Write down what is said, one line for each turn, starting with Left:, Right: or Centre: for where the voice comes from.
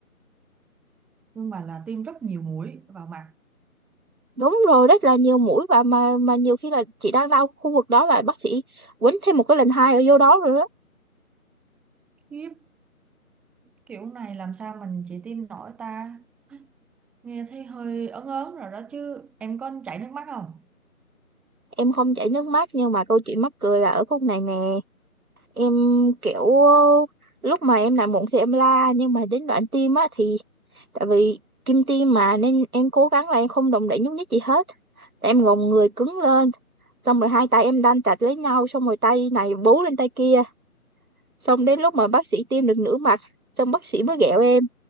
Centre: nhưng mà là tiêm rất nhiều mũi vào mặt
Right: đúng rồi rất là nhiều mũi và mà mà nhiều khi là chị đang đau khu vực đó là bác sĩ quýnh thêm một cái lần hai ở vô đó rồi đó
Centre: khiếp Kiểu này làm sao mình chỉ tim nổi ta? Nghe thấy hơi ớn ớn rồi đó chứ. Em có chảy nước mắt không?
Right: em không chảy nước mắt nhưng mà câu chuyện mắc cười là ở khúc này nè em kiểu ờ, lúc mà em làm mụn thì em la nhưng mà đến đoạn tim á thì tại vì kim tim mà nên em cố gắng là em không động đậy nhúc nhích gì hết em gồng người cứng lên xong rồi hai tay em đan chặt lấy nhau xong rồi tay này bú lên tay kia xong đến lúc mà bác sĩ tiêm được nửa mặt xong bác sĩ mới ghẹo em